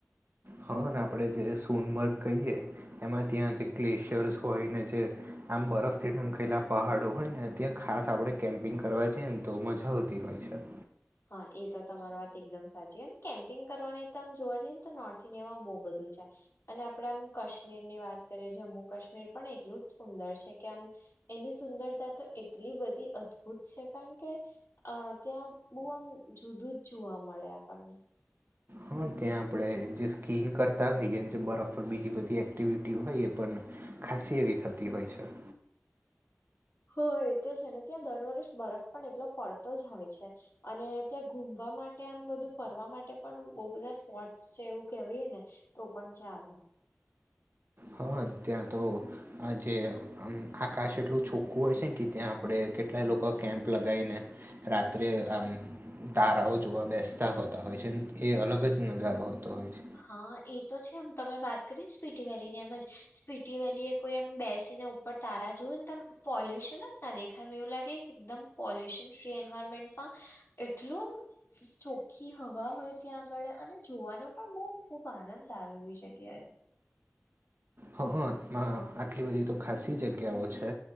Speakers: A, on the right; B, on the left.
A: હા ને આપણે જે સોનમર્ગ કહીએ એમાં ત્યાં જે ગ્લેશિયર્સ હોય ને જે આમ બરફથી ઢંકાયેલા પહાડો હોય ને ત્યાં ખાસ આપણે કેમ્પ પિંગ કરવા જઈએને તો મજા આવતી હોય છે.
B: હા એ તો તમારી વાત એકદમ સાચી અને કેમ્પિંગ કરવાની તો આમ જોવા જઈએ ને તો નોર્થ ઇન્ડિયામાં બહુ બધું છે અને આપણેે આમ કાશ્મીર ની વાત કરીએ જમ્મુ કાશ્મીર પણ એટલું જ સુંદર છે કે આમ એની સુંદરતા તો એટલી બધી અદભુત છે કારણ કે અહ ત્યાં બહુ આમ જુદું જ જોવા મળે આપણને.
A: હા ત્યાં આપડે જે સ્કીં કરતા હોઈએ. જે બરફ પર બીજી બધી એક્ટિવિટી હોય એ પણ ખાસી એવી થતી હોય છે.
B: હ એ તો છે ને ત્યાં દર વર્ષ બરફ પણ એટલો પડતો જ હોય છે. અને ત્યાં ઘુમવા માટે આમ બધું ફરવા માટે પણ બહુ બધા સ્પોટ્સ છે એવું કેવાય ને. તો પણ ચાલે.
A: હા ત્યાં તો આ જે અમ આકાશ એટલું છોખ્ખું હોય છે ને કે ત્યાં આપણેે કેટલા ઈ લોકો કેમ્પ લગ ગાઈ ને રાત્રે આમ તારાઓ જોવા બેસતા હોતા હોય છે. એ અલગ જ નજારો હોતો હોય છે.
B: હા એ તો છે એમ તમે વાત કરીને સ્પીટી વેલીની એમ જ સ્પીટી વેલી એ કોઈ એમ બેસીને ઉપર તારા જોય ને તમ પોલ્યુશન જ ના દેખાય એમ એવું લાગે કે એકદમ પોલ્યુશન ફ્રી એન્વાયરમેન્ટમાં એટલું આમ ચોખ્ખી હવા હોય. ત્યાં આગળ અને જોવાનો પણ બહુ ખુબ આનંદ આવવી જગ્યાએ.
A: હ હ આટલી બધી તો ખાસી જગ્યાઓ છે.